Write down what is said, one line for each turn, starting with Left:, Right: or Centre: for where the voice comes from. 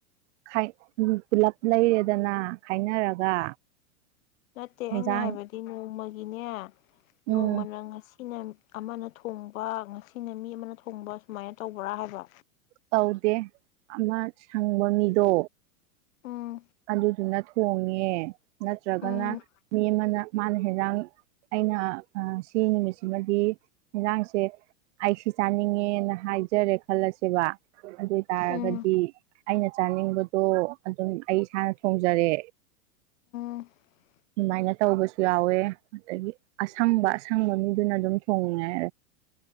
Right: ꯈꯥꯢ ꯄꯨꯂꯞ ꯂꯩꯔꯦꯗꯅ ꯈꯥꯏꯅꯔꯒ
Left: ꯅꯠꯇꯦ ꯑꯩꯅ
Right: ꯍꯦꯟꯖꯥꯡ
Left: ꯍꯥꯏꯕꯗꯤ ꯅꯣꯡꯃ ꯅꯤꯅꯦ ꯅꯣꯡꯃ
Right: ꯎꯝ
Left: ꯅꯪ ꯉꯁꯤ ꯅꯤꯅ ꯃꯤ ꯑꯃꯅ ꯊꯣꯡꯕꯥ ꯉꯁꯤꯅ ꯃꯤ ꯑꯃꯅ ꯊꯣꯡꯕ ꯁꯨꯃꯥꯏꯅ ꯇꯧꯕ꯭ꯔꯥ ꯍꯥꯏꯕ꯫
Right: ꯀꯧꯗꯦ ꯑꯃ ꯁꯪꯕ ꯃꯤꯗꯣ
Left: ꯎꯝ
Right: ꯑꯗꯨꯗꯨꯅ ꯊꯣꯡꯉꯦ ꯅꯠꯇ꯭ꯔꯒꯅ
Left: ꯎꯝ
Right: ꯃꯤ ꯑꯃꯅ ꯃꯥꯅ ꯍꯦꯟꯖꯥꯡ ꯑꯩꯅ ꯑ ꯁꯤ ꯅꯨꯃꯤꯠꯁꯤꯃꯗꯤ ꯏꯟꯖꯥꯡꯁꯦ ꯑꯩ ꯁꯤ ꯆꯥꯅꯤꯡꯉꯦꯅ ꯍꯥꯏꯖꯔꯦ ꯈꯜꯂꯁꯦꯕ ꯑꯗꯣꯏ ꯇꯔꯒꯗꯤ
Left: ꯎꯝ
Right: ꯑꯩꯅ ꯆꯥꯅꯤꯡꯕꯗꯣ ꯑꯗꯨꯝ <unintelligible> ꯏꯁꯥꯅ ꯊꯣꯡꯖꯔꯦ
Left: <unintelligible>
Right: ꯗꯨꯃꯥꯏꯅ ꯇꯧꯕꯁꯨ ꯌꯥꯎꯋꯦ ꯑꯗꯒꯤ ꯑꯁꯪꯕ ꯑꯁꯪꯕ ꯃꯤꯗꯨꯅ ꯑꯗꯨꯝ ꯊꯣꯡꯌꯦ